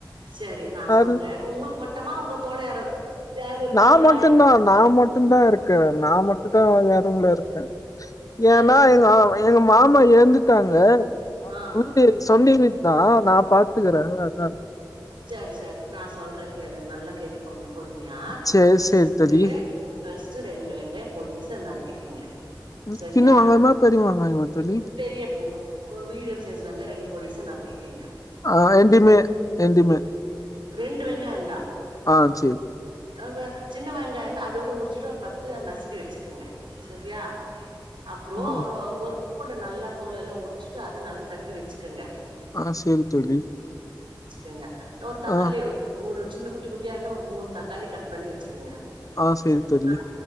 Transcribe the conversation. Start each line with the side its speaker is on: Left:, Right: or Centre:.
Right: செரி நா சொல்றே
Left: அது
Right: உங்ளுக் மட்டுமா உங்க <unintelligible> இருக்காங்களா
Left: நா மட்டுந்தா நா மட்டுந்தா இருக்கே நா மட்டு <unintelligible> நா ஏ ரூம்ல இருக்கே
Right: சரி
Left: ஏன்னா
Right: சரி
Left: எங்க-எங்க மாமா எற்ந்துட்டாங்க அவுங்க
Right: ஆ
Left: வீடு சொந்த வீட் தா நா பாத்துக்குறே அதா
Right: செரி செரி நா சொல்றே கேளுங் நல்லா கேட்டுக் கோங்க பொறுமியா
Left: சேரி
Right: பஸ்ட்டு
Left: சேரி தோழி
Right: பஸ்ட்டு ரெண்டு வெங்காயோ பொடிசா நறுக்கி கிங்க
Left: ம்,
Right: செரியா
Left: சின்ன வெங்காயமா பெரிய வெங்காயமா தோழி
Right: பெரிய <unintelligible> மீடியம் சைஸ் வெங்காய ரெண்டு பொடிசா நறுக் கிக்கிங்க
Left: ஆஹ் என்டிமே என்டிமே
Right: ரெண்டு வெங்காயம் தா
Left: ஆ செரி
Right: <unintelligible> சின்ன வெங்காயம் இருந்தா அது கூட உரிச்சுட்டு ஒரு பத்து நசுக்கி வச்சுக்கங்க சரியா அப்புறம்
Left: ஆ
Right: ஒரு ஒரு பூண்ட நல்லா தோல எல்லா உரிச்சுட்டு அத நல்லா தட்டி வச்சுக்கங்க
Left: ஆஹ் செரி தோழி
Right: கங்க ஒரு தக்காளி
Left: ஆ
Right: ஒரு சின்ன குட்டி குட்டியா இருந்த ஒரு மூணு தக்காளி கட் பண்ணி வச்சுக்கங்க
Left: ஆ சேரி
Right: சரியா
Left: தோழி